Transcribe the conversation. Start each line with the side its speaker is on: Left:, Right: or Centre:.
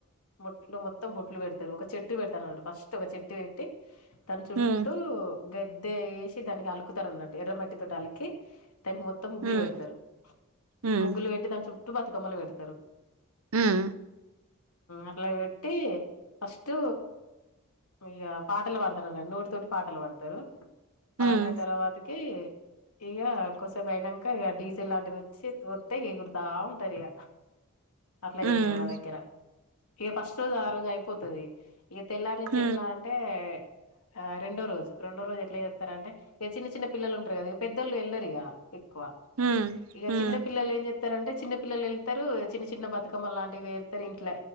Left: మొట్లో మొత్తం బొట్లు పెడతారు ఒక చెట్టు పెడతారు అన్న ఫస్ట్ ఒక చెట్టు పెట్టి దాని చుట్టూ
Right: ఉమ్
Left: గద్ద వేసి దానికి అలుకుతారు ఉన్నట్టు ఎర్ర మట్టి తోటి అలికి దానికి మొత్తం ముగ్గులు
Right: ఉమ్
Left: పెడతారు
Right: ఉమ్
Left: ముగ్గులు పెట్టి దాని చుట్టూ బతుకమ్మలు పెడతారు
Right: ఆ
Left: అట్లా వెట్టి ఫస్ట్టు ఇక పాటలు పాడతారున్న నోటి తోటి పాటలు పాడతారు పాడిన
Right: ఉమ్
Left: తర్వాతకి ఇక కొసపుయినాక ఇక డీజిల్ లాంటిది వత్తా కురుతా ఉంటారు ఇక అట్లా చెప్తారు
Right: ఉమ్
Left: మా దగ్గర ఇక ఫస్ట్ రోజు ఆ రోజు అయిపోతుది ఇక తెల్లారి
Right: ఉమ్
Left: నుంచి ఎట్లా అంటే ఆ రెండో రోజు రెండో రోజు ఎట్లా చేస్తారు అంటే ఇక చిన్న చిన్న పిల్లలు ఉంటారు కదా ఇక పెద్దళ్ు వెళ్లరు ఇక ఎక్కువ
Right: ఉమ్
Left: ఇక
Right: ఉమ్
Left: చిన్నపిల్లలు ఏం చెప్తారంటే చిన్న పిల్లలు వెళ్తారు చిన్న చిన్న బతుకమ్మ లాంటివిేరుతారు ఇంట్లో